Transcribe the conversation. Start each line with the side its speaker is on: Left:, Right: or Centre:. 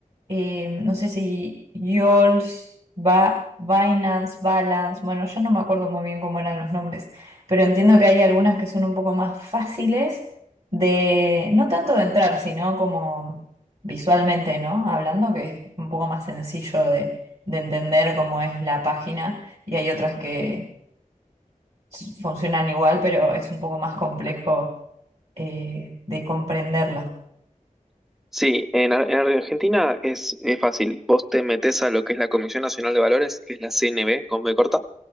Right: eh, no sé si Yols, ba Binance, Balance, bueno, yo no me acuerdo muy bien cómo eran los nombres, pero entiendo que hay algunas que son un poco más fáciles de, no tanto de entrar, sino como visualmente, ¿no? Hablando, que es un poco más sencillo de, de entender cómo es la página, y hay otras que s- funcionan igual, pero es un poco más complejo eh, de comprenderlas.
Centre: Sí, en, Ar- en Argentina es, es fácil. Vos te metés a lo que es la Comisión Nacional de Valores, que es la CNB, con B corta.